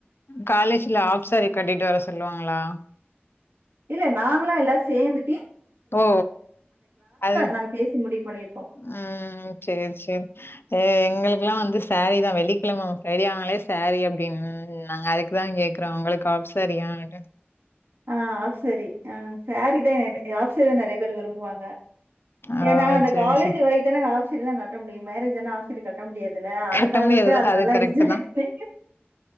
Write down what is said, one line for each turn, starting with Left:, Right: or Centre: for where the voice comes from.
Left: காலேஜ்ல ஆப் சாரி கட்டிட்டு வர சொல்லுவாங்களா
Right: இல்ல நாங்களா எல்லா சேந்து
Left: ஓ அது
Right: நாங்க பேசி முடிவு பண்ணிருப்போ
Left: உம் செரி செரி எங்களுக்கெல்லாம் வந்து சாரீ தா வெள்ளிக்கிலம ஃப்ரைடே ஆனாலே சாரீ அப்டின்னு நாங்க அதுக்குதா கேக்குறோ உங்களுக்கு ஆஃ சாரீயானு
Right: ஆஹ் ஆஃப் சாரீ ஆஹ் சாரீதா ஆஃசாரி தா நெறைய பேர் விரும்புவாங்க
Left: ஓ
Right: ஏன்னா அந்த
Left: சேரி
Right: காலேஜ்
Left: சேரி
Right: வரைத்தான ஆஃசாரீல்லா கட்ட முடியு மேரேஜ்ஜான ஆஃசாரீ கட்ட முடியாதுல அதனால
Left: கட்ட முடியாது
Right: வந்து அத
Left: அது
Right: நல்லா
Left: கரெக்ட்
Right: என்ஜாய்
Left: தா
Right: பண்ணி